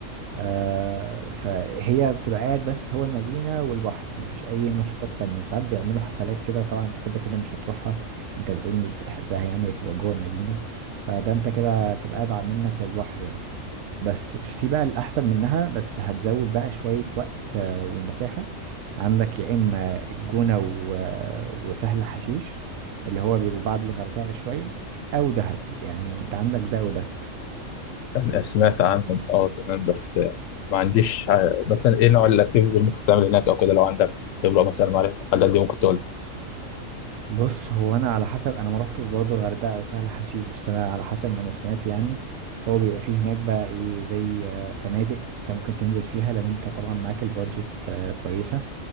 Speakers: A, on the right; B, on the left.
A: آه، فهي بتبقى قاعد بس هو المدينة والبحر مفيش أي نشاطات تانية ساعات بيعملوا حفلات كده طبعا أنت كده كده مش هتروحها أنت بتقول مش بتحبها يعني بتبقى جوه المدينة فده أنت كده هتبقى قاعد منك للبحر يعني بس في بقى الأحسن منها بس هتزود بقى شوية وقت آه، ومسافة عندك يا إما الجونة و- وسهل حشيش اللي هو بيبقوا بعد الغردقة بشوية أو دهب يعني أنت عندك ده وده
B: يعني سمعت عنهم أه تمام بس يعني ما عنديش ع- مثلا إيه نوع الأكتيفيتيز اللي ممكن تعمل هناك أو كده لو عندك خبرة مثلا معرفة الحاجات دي ممكن تقول
A: بص هو انا على حسب انا ما روحتش برضو الغردقه او سهل حشيش بس انا على حسب ما انا سمعت يعني هو بيبقى فيه هناك بقى ايه زي آه، فنادق انت ممكن تنزل فيها لو انت طبعا معاك البادجت آه، كويسه